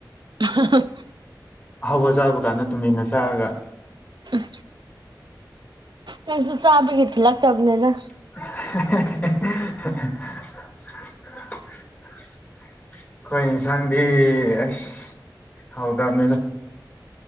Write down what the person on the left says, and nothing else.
ꯍꯧꯕ ꯆꯥꯕ ꯀꯥꯟꯗ ꯇꯨꯃꯤꯟꯅ ꯆꯥꯔꯒ ꯑ
<unintelligible> ꯑꯩꯈꯣꯏ ꯌꯦꯟꯁꯥꯡꯗꯤ ꯑꯁ ꯍꯧꯗꯕꯅꯤꯅ